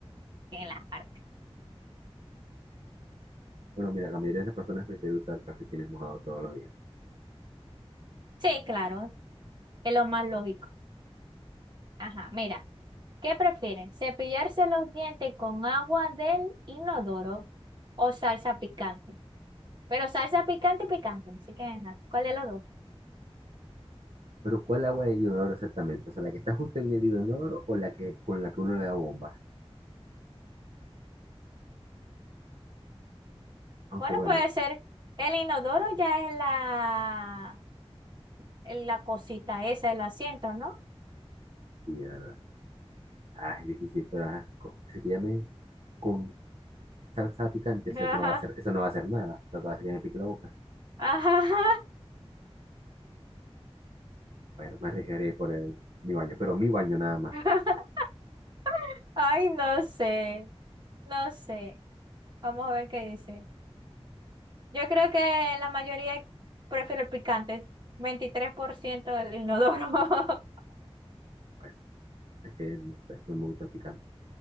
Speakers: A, on the right (about 45°); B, on the right (about 65°).
A: que en las partes.
B: Bueno, mira, la mayoría de las personas prefieren usar calcetines mojados todos los días.
A: Sí, claro, Es lo más lógico. Ajá, mira, ¿qué prefieren? ¿Cepillarse los dientes con agua del inodoro o salsa picante? Pero salsa picante, picante, así que ajá, ¿cuál de los dos?
B: Pero ¿cuál agua de inodoro exactamente? O sea, la que está justo en el inodoro o la que con la que uno le da bomba. Aunque
A: Bueno,
B: bueno,
A: puede ser el inodoro ya es la, en la cosita esa, el asiento, ¿no?
B: sí, de verdad. Ah, es difícil, pero ajá, co- si te llame con salsa picante, o sea,
A: Ajá,
B: eso no va a hacer, eso no va a hacer nada. Lo que va a hacer es que me pique la boca.
A: ajá,
B: Bueno, me arriesgaré por el, mi baño, pero mi baño nada más.
A: <laughs> Ay, no sé, no sé. Vamos a ver qué dice. Yo creo que la mayoría prefiere el picante, 23% del inodoro. <laughs>
B: Bueno, es que no sé, no me gusta el picante.